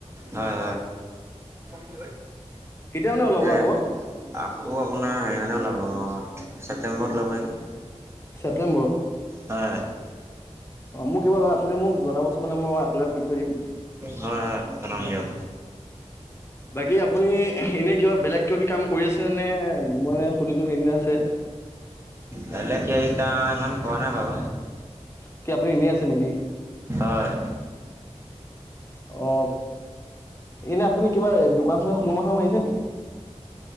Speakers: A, on the right; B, on the left.
A: হয় হয়
B: কেতিয়া মানে ওলাব
A: যে
B: আকৌ
A: আকৌ আপোনাৰ হেৰি মানে ওলাব ছেপটেম্বৰত ওলাব নেকি
B: ছেপ্টেম্বৰত
A: হয়
B: অ মোক কিবা আপুনি মোক জনাবচোন মানে মই এপ্লাই কৰি থৈ দিম
A: হয় হয় জনাম দিয়ক
B: বাকী আপুনি এনেই কিবা বেলেগ কিবা কি কাম কৰি আছিলে নে মই সুধিলো এনে আছে
A: বেলেগ কিবা কিবি কাম সিমান কৰা নাই বাৰু
B: কি আপুনি এনে আছে নেকি
A: হয়
B: অ এনে আপুনি কিবা দোকান চোকান সোমোৱা মাথা মাৰিছে নেকি